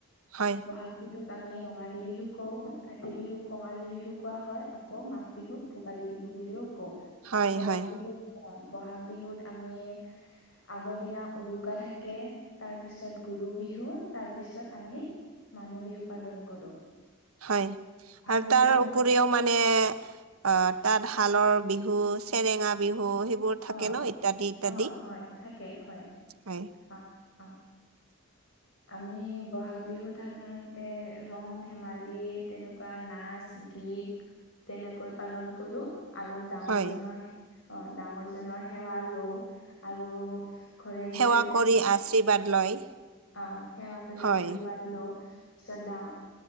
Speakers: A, on the right (about 85°); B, on the left (about 60°).
A: হয়।
B: ব'হাগ বিহুক আমি, ৰঙালী বিহু কওঁ, কাতি বিহুক, কঙালী বিহু কোৱা হয়। আকৌ মাঘ বিহুক ভোগালী বিহু বুলিও কওঁ,
A: হয়
B: বহাগ
A: হয়
B: বিহুক অ', ব'হাগ বিহুত, আমি আগৰ দিনা উৰুকা থাকে, তাৰপিছত, গৰু বিহু, তাৰপিছত আমি মানুহ বিহু, পালন কৰোঁ।
A: হয়,
B: বহাগ
A: আৰু
B: বিহুত
A: তাৰ উপৰিও মানে, অ', তাতশালৰ বিহু চেৰেঙা বিহু সেইবোৰ
B: অ
A: থাকে ন। ইত্যাদি, ইত্যাদি,
B: অ হয় থাকে হয়
A: হয়।
B: অ', অ'। আমি ব'হাগ বিহুত, সাধাৰণতে, ৰং-ধেমালি তেনেকুৱা কোৱা, নাচ-গীত তেনেকৈ পালন কৰোঁ। আৰু ডাঙৰ
A: হয়
B: জনৰ, অ' ডাঙৰ জনৰ, সেৱা লওঁ, আৰু ঘৰে,
A: সেৱা
B: ঘৰে ধুন
A: কৰি আশীৰ্বাদ লয়।
B: অ', সেৱা কৰি
A: হয়
B: আশীৰ্বাদ লওঁ, পিছত ডাঙৰ,